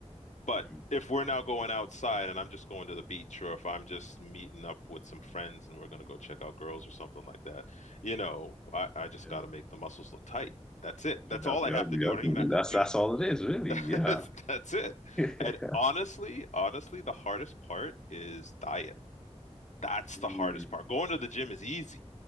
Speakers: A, on the left; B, in the centre.
A: But
B: Mm,
A: if we're now going outside and I'm just going to the beach, or if I'm just meeting up with some friends and we're going to go check out girls or something like that, you know, I, I just
B: Yeah.
A: got to make the muscles look tight. That's it. That's
B: Yep,
A: all I
B: yep,
A: have to do.
B: yep.
A: I don't even have to
B: That's
A: do
B: that's
A: much.
B: all it is, really.
A: <laughs>
B: Yeah.
A: That's, that's it.
B: <laughs>
A: And honestly, honestly, the hardest part is diet. That's
B: Mm.
A: the hardest part. Going to the gym is easy.